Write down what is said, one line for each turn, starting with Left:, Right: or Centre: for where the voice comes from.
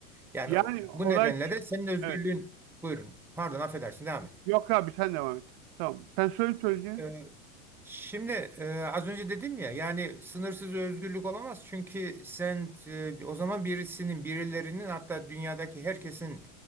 Centre: Yani
Right: Yani olay
Centre: bu nedenle de senin özgürlüğün
Right: evet.
Centre: buyurun. Pardon affedersin devam
Right: Yok abi sen devam et. Tamam. Sen söyle söyleyeceğini.
Centre: et. Şimdi e, az önce dedim ya yani sınırsız özgürlük olamaz çünkü sen e, o zaman birisinin birilerinin hatta dünyadaki herkesin